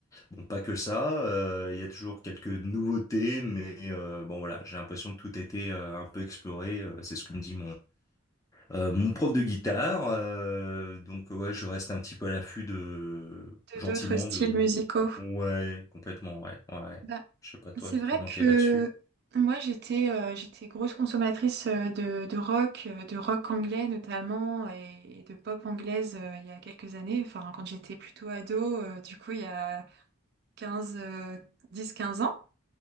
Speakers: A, on the left (about 15°); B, on the right (about 50°).
A: Bon, pas que ça, euh, il y a toujours quelques nouveautés, mais euh, bon, voilà, j'ai l'impression que tout a été euh, un peu exploré, euh, c'est ce que me dit euh, mon prof de guitare, euh, donc ouais, je reste un petit peu à l'affût de
B: de-
A: gentiment
B: d'autres styles
A: de
B: musicaux?
A: ouais, complètement ouais, ouais. ouais.
B: Bah,
A: Je sais pas toi
B: c'est vrai
A: comment
B: que
A: t'es là-dessus.
B: moi j'étais euh, j'étais grosse consommatrice euh, de, de rock, euh, de rock anglais notamment et, et de pop anglaise euh, il y a quelques années, enfin quand j'étais plutôt ado, euh, du coup il y a 15 euh, 10-15 ans.